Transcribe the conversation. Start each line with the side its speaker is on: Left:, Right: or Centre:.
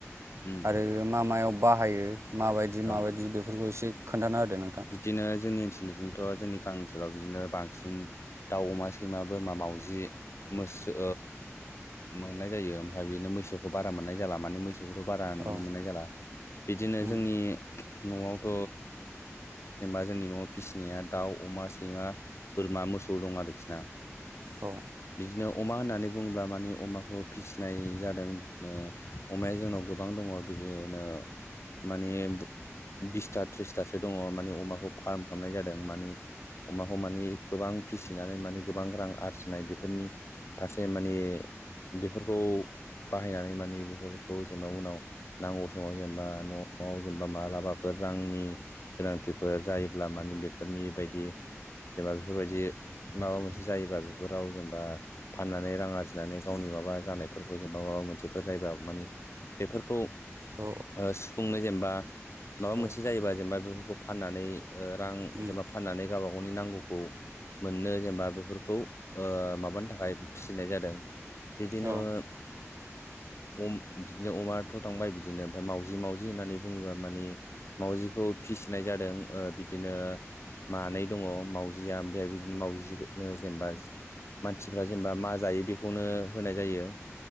Left: उम
Right: आरो मा मायाव बाहायो माबायदि
Left: औ
Right: माबायदि बेखौ बफोरखौ एसे खोन्थाना होदो नोंथां।
Left: बिदिनो जोंनि ओनसोलजोंथ' जोंनि गामि ओनसोलाव बिदिनो बांसिन दाउ, अमा, सैमा, बोरमा, मावाजि, मोसौ मोननाय जायो। ओमफ्राय बिदिनो मोसौखौ बारा मोननाय जाला माने मैसौ बेखौथ' बारा नुनो
Right: औ
Left: मोननाय जाला। बिदिनो
Right: उम
Left: जोंनि न'आवथ' जेनेबा जोंनि न'आव फिसिनाया दाउ, अमा, सैमा, बोरमा, मोसौ दं आरोखि ना।
Right: औ।
Left: बिदिनो अमा होननानै बुङोब्ला माने अमाखौ फिसिनाय जादों बिदिनो अमाया जोंनाव गोबां दङ बिदिनो मानि बु बिसथा थ्रिसथासो दङ माने अमाखौ फार्म खालामनाय जादों माने। अमाखौ मानिे गोबां फिसिनानै माने गोबां रां आरजिनाय बेफोरनि फारसे माने बेफोरखौ बाहायनानै माने बेफोरखौ जेनेबा उनाव नांगौ समाव जेनेबा न'आव जेनेबा मालाबाफोर रांनि गोनांथि फोर जायोब्ला माने बेफोरनि बायदि जेनेबा बेफोरबायदि माबा मोनसे जायोबा बेफोराव जेनेबा फाननानै रां आरजिनानै गावनि माबा जानायफोरखौ जेनेबा माबा मोनसेफोर जायोबा माने बेफोरखौ
Right: औ
Left: ओ सुफुंनो जेनेबा माबा
Right: औ
Left: मोनसे जायोबा जेनेबा बेफोरखौ फाननानै ओ रां
Right: उम
Left: जेनेबा फाननानै गावबा गावनि नांगौखौ मोननो जेनेबा बेफोरख खौ ओ माबानो थाखाय फिसिनाय जादों। बिदिनो
Right: औ
Left: <inaudible> अम बिदिनो अमायाथ' थांबाय बिदिनो ओमफ्राय मावजि मावजि होननानै बुङोब्ला मानि मावाउजिखौ फिसिनाय जादों। ओ बिदिनो मानै दङ मावजिया। ओमफ्राय बिदिनो मावजिखौनो जेनेबा ज मानसिफ्रा जेनेबा मा जायो बेखौनो होनाय जायो।